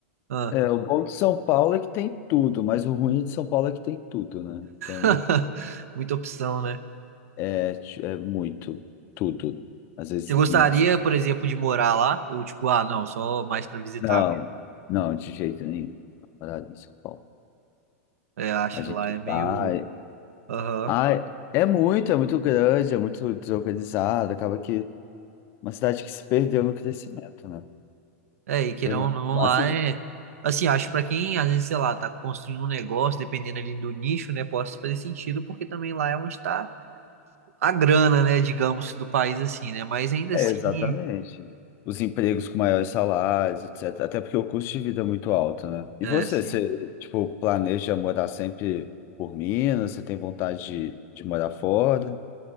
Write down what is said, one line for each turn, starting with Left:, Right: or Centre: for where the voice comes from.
Right: ah,
Left: é, o bom de São Paulo é que tem tudo, mas o ruim de São Paulo é que tem tudo, né? Então,
Right: <laughs> muita opção, né?
Left: é, é muito, tudo. Às vezes
Right: Você gostaria,
Left: não
Right: por exemplo, de morar lá? Ou tipo, ah, não, só mais pra visitar?
Left: Não, não, de jeito nenhum. Namorada em São Paulo.
Right: É, acho
Left: A gente
Right: que lá é meio.
Left: vai.
Right: Aham.
Left: Ai, é muito, é muito grande, é muito desorganizado. Acaba que uma cidade que se perdeu no crescimento, né?
Right: É, e querendo
Left: Eu não
Right: ou
Left: acho
Right: não,
Left: máximo.
Right: lá é. Assim, acho que pra quem, às vezes, sei lá, tá construindo um negócio, dependendo ali do nicho, né, possa fazer sentido, porque também lá é onde tá a grana, né, digamos, do país, assim, né? Mas ainda
Left: É,
Right: assim.
Left: exatamente. Os empregos com maiores salários, etc. Até porque o custo de vida é muito alto, né? E
Right: É,
Left: você,
Right: sim.
Left: você, tipo, planeja morar sempre por Minas? Você tem vontade de, de morar fora?